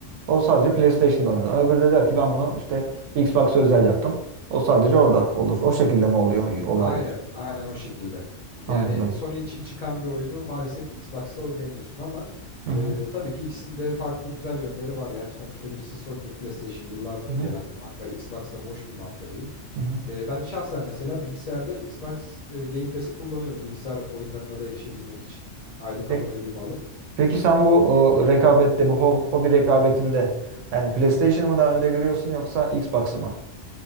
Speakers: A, on the right; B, on the left.
A: O sadece PlayStation'da oynar. Öbürü de der ki ben bunu işte Xbox'a özel yaptım. O sadece orada olur. O şekilde mi oluyor olaylar?
B: Aynen, aynen o şekilde.
A: Anladım.
B: Yani Sony için çıkan bir oyunu maalesef Xbox'ta oynayamıyorsun ama
A: Hı hı.
B: e, tabii ki ikisinin de farklı güzel yönleri var. Yani sonuçta birisi Sony'nin PlayStation yıllardır
A: Hı hı.
B: gelen bir marka. Xbox'ta boş bir marka değil.
A: Hı hı.
B: E, ben şahsen mesela bilgisayarda Xbox e, Game Pass'i kullanıyorum bilgisayar oyunlarına da erişebilmek için. Aylık
A: Peki,
B: aboneliğimi alıp
A: peki sen bu o, rekabette, bu ho- hobi rekabetinde yani PlayStation'ı mı daha önde görüyorsun yoksa Xbox'ı mı?